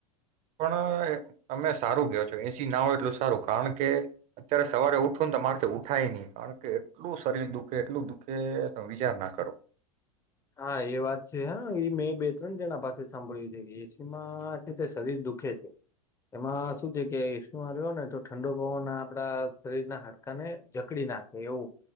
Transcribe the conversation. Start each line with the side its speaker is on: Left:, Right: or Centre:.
Right: પણ તમે સારું કયો છો એ સી ના હો એટલું સારું કારણ કે અત્યારે સવારે ઉઠવું ને તમાર ઉઠાય નહી કારણ કે એટલું શરીર દુઃખે એટલું દુખે તમે વિચાર ના કરો.
Left: હા એ વાત છે હા એ મેં બે ત્રણ તેના પાસે સાંભળ્યું. એ સી માં એટલે શરીર દુઃખ એમાં શું છે કે સર્યો ને તો ઠંડો પવન ના આપડા શરીર ના હાડકાને જકડી નાખે એવું,